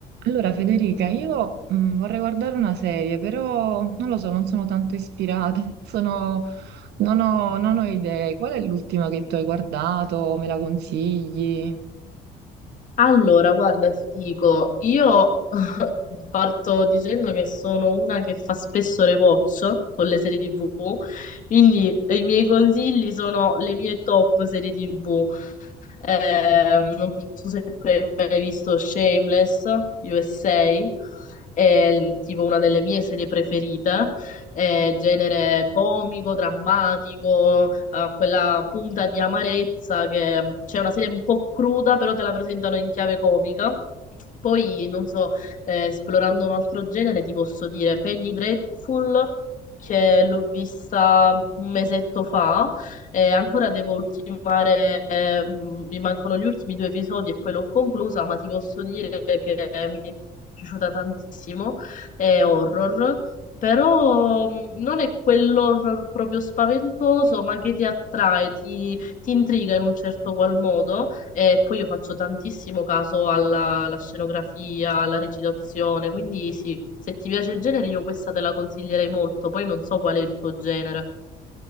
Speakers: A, on the right; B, on the left.
A: Allora, Federica, io mh, vorrei guardare una serie, però non lo so, non sono tanto ispirata, <laughs> sono- non ho, non ho idee. Qual è l'ultima che tu hai guardato? Me la consigli?
B: Allora, guarda, ti dico, io <laughs> parto dicendo che sono una che fa spesso rewatch con le serie TV, quindi i miei consigli sono le mie top serie TV. Eh, non so se tu hai mai visto Shameless USA, è l- tipo una delle mie serie preferite, è genere comico, drammatico, ha quella punta di amarezza che mm, c'è una serie un po' cruda, però te la presentano in chiave comica. Poi, non so, eh, esplorando un altro genere, ti posso dire Penny Dreadful, che l'ho vista un mesetto fa eh, ancora devo ultimare, eh, mh, mi mancano gli ultimi due episodi e poi l'ho conclusa, ma ti posso dire che mi è piaciuta tantissimo. È horror, però mh, non è quell'horror proprio spaventoso, ma che ti attrae, ti, ti intriga in un certo qual modo. E poi io faccio tantissimo caso alla, alla scenografia, alla recitazione, quindi sì, se ti piace il genere io questa te la consiglierei molto, poi non so qual è il tuo genere.